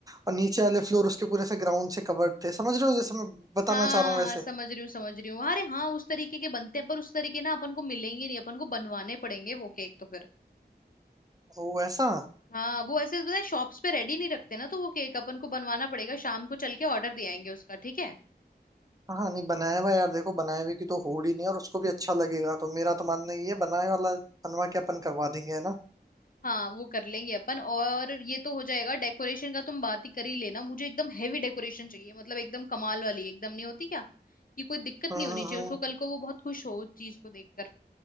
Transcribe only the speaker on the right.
और नीचे वाले फ्लोर उसके पूरे से ग्राउंड से कवर्ड थे समझ रहे हो जैसे मैं बताना
चाह रहा हूँ वैसे
वो ऐसा
हाँ नहीं बनाया हुआ यार देखो बनाए हुए की तो होड़ ही नहीं है और उसको भी अच्छा लगेगा तो मेरा तो मानना ये है बनाए वाला बनवा के अपन करवा देंगे है ना
हम्म
हम्म
हम्म।